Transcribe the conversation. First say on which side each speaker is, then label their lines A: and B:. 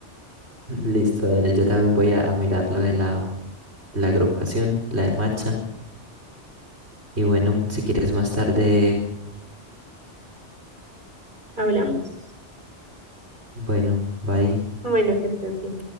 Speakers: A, on the right; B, on the right.
A: Listo, dale. Yo también voy a, a mirar lo de la, la agrupación, la de Macha. Y bueno, si quieres más tarde,
B: hablamos.
A: bueno, bye.
B: Bueno, que estés bien.